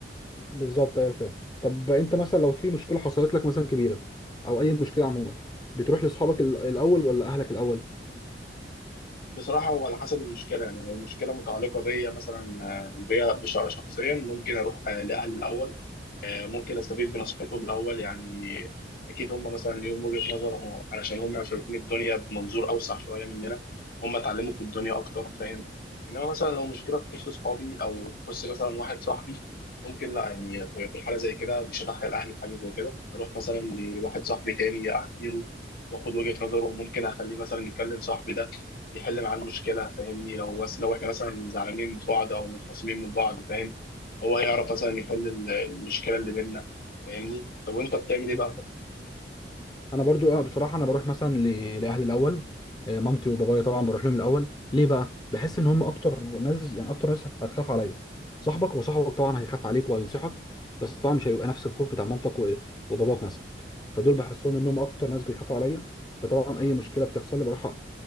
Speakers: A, on the left; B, on the left.
A: بالظبط ايوه فاهم طب انت مثلا لو في مشكله حصلت لك مثلا كبيره او اي مشكله عموما بتروح لاصحابك ال- الاول ولا اهلك الاول
B: بصراحه هو على حسب المشكله يعني لو المشكله متعلقه بيا مثلا آه، بيا بش- شخصيا ممكن اروح آه، لاهلي الاول آه، ممكن استفيد بنصيحتهم الاول يعني اكيد هم مثلا ليهم وجهة نظر هو- علشان هم شايفين الدنيا بمنظور اوسع شويه مننا هم اتعلموا في الدنيا اكتر فاهم انما مثلا لو مشكله تخص صحابي او تخص مثلا واحد صاحبي ممكن لا يعني في الحاله زي كده مش هدخل اهلي في حاجه زي كده اروح مثلا لواحد صاحبي تاني احكي له واخد وجهة نظره وممكن اخليه مثلا يكلم صاحبي ده يحل معاه المشكله فاهمني لو لو احنا مثلا زعلانين من بعض او متخاصمين من بعض فاهم هو هيعرف مثلا يحل ال- المشكله اللي بيننا فاهمني طب وانت بتعمل ايه
A: بالظبط
B: بقى
A: انا برضو آه، بصراحه انا بروح مثلا ل- لاهلي الاول آه، مامتي وبابايا طبعا بروح لهم الاول ليه بقى بحس ان هم اكتر ناس يعني اكتر ناس هتخاف عليا صاحبك وصاحبك طبعا هيخاف عليك وهينصحك بس طبعا مش هيبقى نفس الخوف بتاع مامتك و- وباباك مثلا فدول بحسهم انهم اكتر ناس بيخافوا عليا فطبعا اي مشكله بتحصل لي بروح